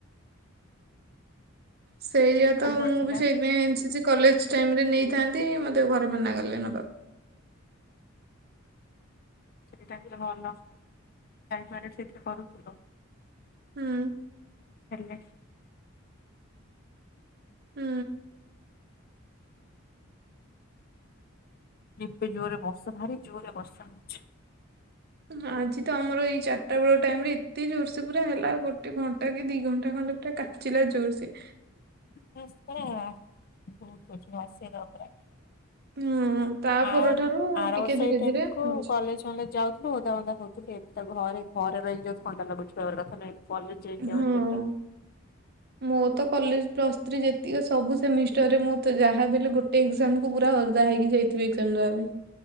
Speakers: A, on the right; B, on the left.
A: ସେଇଆ
B: ପାଖରେ
A: ତ ମୁଁ
B: ପଡିଥିଲା
A: ବି ସେଇଥିପାଇଁ N C C college time ରେ ନେଇଥାନ୍ତି ମତେ ଘରେ ମନା ଗଲେ ନବାକୁ।
B: ସେଇ ଟାଇମରେ ଭଲ ଜାଣିପାରେ ପିଭି କରୁଥିଲୁ।
A: ହୁଁ
B: <unintelligible> <unintelligible>
A: ହୁଁ।
B: କେବେ ଜୋରେ ବର୍ଷା ଭାରି ଜୋରରେ ବର୍ଷା ହଉଛି।
A: ଆଜି ତ ଆମର ଏଇ ଚାରିଟା ବେଳ ଟାଇମ ରେ ଏତେ ଜୋରସେ ପୁରା ହେଲା ଗୋଟେ ଘଣ୍ଟା କି ଦି ଘଣ୍ଟା ଖଣ୍ଡେ ପୁରା କା- ଚିଲା ଜୋରସେ।
B: ବସ ପରା ବହୁତ କଛୁ <unintelligible>
A: ହୁଁ। ତା
B: ଆ
A: ପରଠାରୁ
B: ଆର
A: ଟିକେ
B: ବର୍ଷ
A: ଧୀରେ
B: ଏଇ ଟାଇମ
A: ଧୀରେ
B: କୁ
A: ହଉଛି
B: କଲେଜ ଫଲେଜ ଯାଉ- ଥିଲୁ ଓଦା ମଦା ହଉଥିଲୁ ଏବେ ତ ଘରେ ଘରେ ରହି ଯୋଉ ଥଣ୍ଡା ଲାଗୁଛି କହିବାର କଥା ନାଇଁ। କଲେଜ ଯାଇକି
A: ହଁ।
B: ଆହୁରି କେତେ
A: ମୋର ତ କଲେଜ ପ୍ଲସ ଥ୍ରୀ ଯେତିକି ସବୁ ସେମିଷ୍ଟାର ରେ ମୁଁ ତ ଯାହାବି ହେଲେ ଗୋଟେ ଇ - ଏକଜାମ୍ କୁ ପୁରା ଓଦା ହେଇକି ଯାଇଥିବି ଏକଜାମ ଦେବା ପାଇଁ